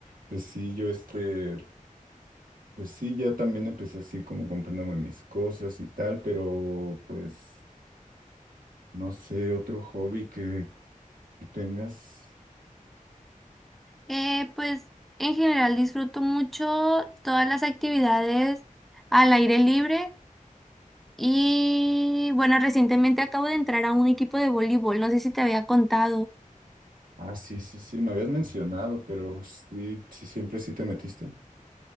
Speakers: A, on the right (about 80°); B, in the centre.
A: Pues sí, yo este... Pues sí, ya también empecé así como comprándome mis cosas y tal, pero pues no sé, otro hobby que, que tengas.
B: Eh, pues en general disfruto mucho todas las actividades al aire libre. Y bueno, recientemente acabo de entrar a un equipo de voleibol, no sé si te había contado.
A: Ah, sí, sí, sí, me habías mencionado, pero sí, sí, siempre sí te metiste.